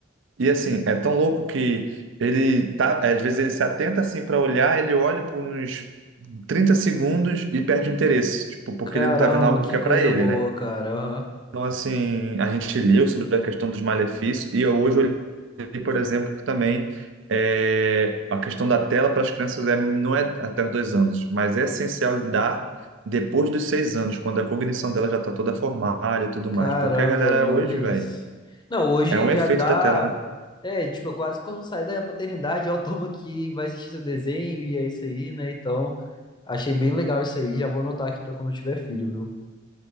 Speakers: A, on the right; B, on the left.
A: E assim, é tão louco que ele tá, às vezes ele se atenta assim para olhar, ele olha por uns 30 segundos e perde o interesse, tipo, porque
B: Caramba,
A: ele não tá vendo algo
B: que
A: que
B: coisa
A: é para ele,
B: boa,
A: né?
B: cara. Aham.
A: Então assim, a gente leu sobre a questão dos malefícios e eu hoje olhei, por exemplo, que também é, a questão da tela para as crianças é, não é até os dois anos, mas é essencial dar depois dos seis anos, quando a cognição dela já tá toda formada e tudo
B: Caramba,
A: mais, porque a galera
B: não,
A: hoje,
B: olha isso.
A: velho,
B: Não, hoje
A: é um
B: já
A: efeito
B: dá.
A: da tela, né?
B: É, tipo, eu quase quando saio da maternidade, eu <laughs> tomo aqui, vai assistir seu desenho e é isso aí, né? Então, achei bem legal isso aí. Já vou anotar aqui pra quando eu tiver filho, viu?